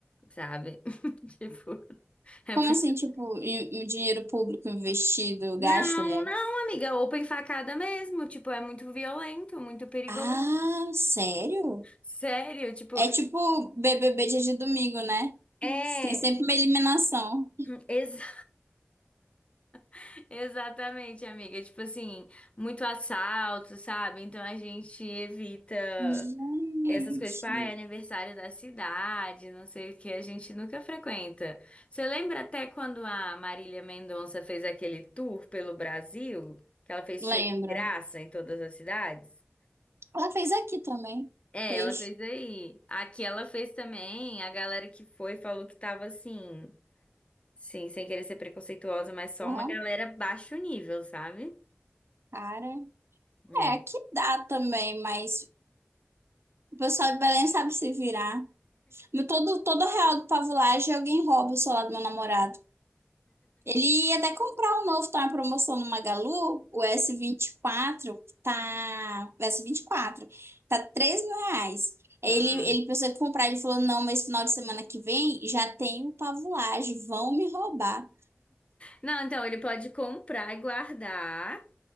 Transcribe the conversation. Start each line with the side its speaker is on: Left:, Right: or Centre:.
Left: sabe? <laughs> Tipo, é
Right: Como
Left: muito...
Right: assim, tipo, em- em dinheiro público investido,
Left: Não,
Right: gasto, aliás?
Left: não, amiga, open facada mesmo. Tipo, é muito violento, muito perigoso.
Right: Ah, sério?
Left: Sério, tipo,
Right: É tipo BBB dia de domingo, né?
Left: É,
Right: Tem sempre uma eliminação.
Left: ex- <laughs> exatamente, amiga. Tipo assim, muito assalto, sabe? Então a gente evita
Right: Gente,
Left: essas coisas, tipo, ah, é aniversário da cidade, não sei o que, a gente nunca frequenta. Você lembra até quando a Marília Mendonça fez aquele tour pelo Brasil? Que ela fez
Right: lembro.
Left: show de graça em todas as cidades?
Right: Ela fez aqui também.
Left: É,
Right: Fez.
Left: ela fez aí. Aqui ela fez também. A galera que foi falou que tava assim. Sim, sem querer ser preconceituosa, mas só
Right: Uhum.
Left: uma galera baixo nível, sabe?
Right: Cara.
Left: É.
Right: É, aqui dá também, mas o pessoal de Belém sabe se virar. Meu- Todo, todo real do Pavulagem alguém rouba o celular do meu namorado. Ele ia até comprar um novo, tá na promoção no Magalu, o S24, tá... O S24, tá três mil reais. Aí
Left: Hum.
Right: Ele, ele pensou em comprar, ele falou, não, mas final de semana que vem já tem o pavulagem, vão me roubar.
Left: Não, então ele pode comprar e guardar.